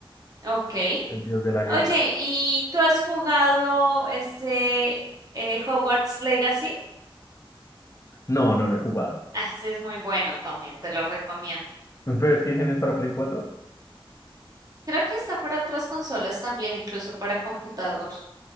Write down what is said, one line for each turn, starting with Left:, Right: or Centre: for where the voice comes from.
Right: ok.
Left: el dios de la guerra.
Right: Oye, ¿y tú has jugado ese eh, Hogwarts Legacy?
Left: No, no lo he jugado.
Right: Ah, ese es muy bueno también, te lo recomiendo.
Left: ¿Pero si es que dicen es para Play 4?
Right: Creo que está para otras consolas también, incluso para computador.